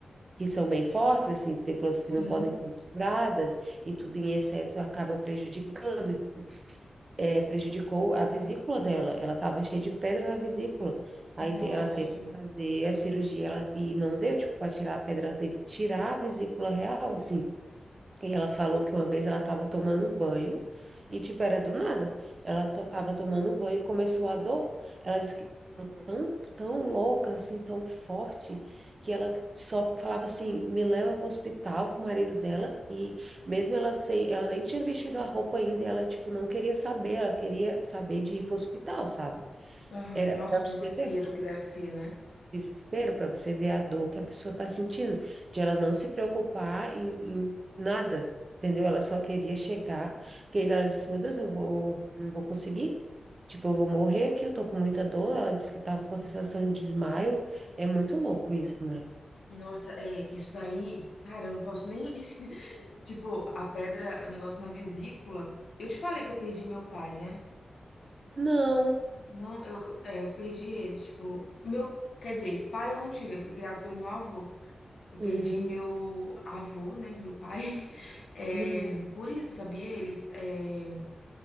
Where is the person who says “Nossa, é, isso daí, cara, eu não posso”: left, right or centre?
Left